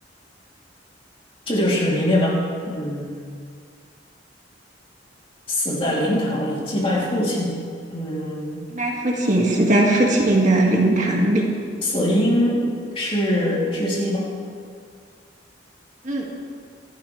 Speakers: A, on the left (about 30°); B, on the right (about 40°).
A: 这就是谜面吗？嗯，死在灵堂里祭拜父亲，嗯，
B: 祭拜父亲，死在父亲的灵堂里。
A: 死因是窒息吗？
B: 嗯，